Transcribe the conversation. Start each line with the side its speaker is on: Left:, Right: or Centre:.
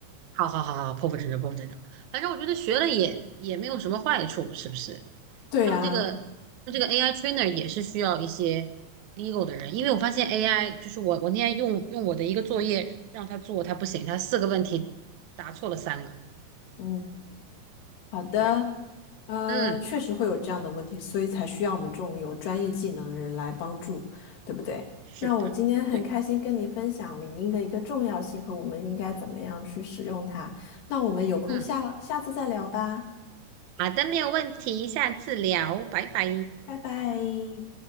Right: 好好好好，破釜沉舟，破釜沉舟。反正我觉得学了也也没有什么坏处，是不是？
Left: 对啊。
Right: 他们这个这个 AI trainer 也是需要一些 legal 的人，因为我发现 AI 就是我我那天用用我的一个作业让他做，他不行，他四个问题答错了三个。
Left: 嗯好的，
Right: 对，
Left: 呃，
Right: 嗯，
Left: 确实会有这样的问题，所以才需要我们这种有专业技能的人来帮助，对不对？
Right: 是的，
Left: 那我今天很开心跟你分享领英的一个重要性和我们应该怎么样去使用它。
Right: 对，
Left: 那我们有空下下次再聊吧，
Right: 嗯，好的，没有问题，下次聊，拜拜。
Left: 拜拜。